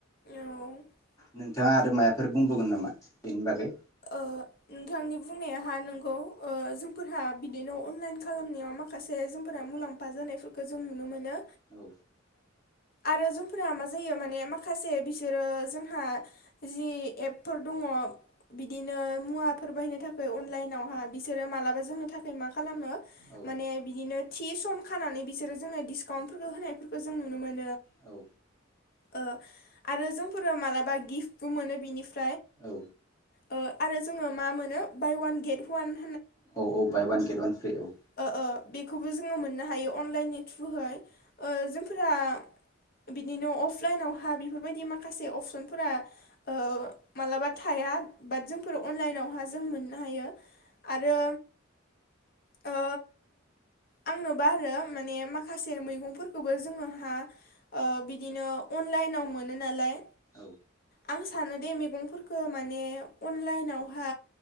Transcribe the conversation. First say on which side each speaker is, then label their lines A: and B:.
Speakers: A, on the left (about 50°); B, on the left (about 15°).
A: औ ओ
B: नोंथाङा आरो माया फोर बुंबोवगोन नामा बेनि बागै?
A: औ नोंथांनि बुंनाय हा नंगौ ओ जोंफोरहा बिदिनो अनलाइन खालामनायाव माखासे जोंफोरा मुलाम्फा जानायफोरखौ जों नुनो मोनो।
B: औ
A: आरो जोंफोरा मा जायो माने माखासे बिसोरो जोंहा जि एपफोर दङ बिदिनो मुवाफोर बायनो थाखाय अनलाइनावहा बिसोरो मालाबा जोंनो थाखाय मा खालामो?
B: औ
A: माने बिदिनो थि सम खानानै बिसोरो जोंनो डिसकाउन्टफोरखौ होनायफोरखौ जों नुनो मोनो।
B: औ
A: ओ आरो जोंफोरो मालाबा गिफ्टबो मोनो बिनिफ्रा
B: औ
A: ओ आरो जोङो मा मोनो बाय वान गेट हवान
B: औ औ बाय वान गेट वान फ्रि औ
A: ओ ओ बेखौबो जोङो मोननो हायो अनलाइननि थ्रुहै ओ जोंफोरा बिनिनो अफलाइनावहा बेफोरबायदि माखासे अपसनफोरा ओ मालाबा थाया बाट जोंफोर अनलाइनावहा जों मोननो हायो आरो ओ आंनोबा आरो माने माखासे मैगंफोरखौबो जोङोहा ओ बिदिनो अनलाइनाव मोनो नालाय
B: औ
A: आं सानो दे मैगंफोरखौ माने अनलाइनावहा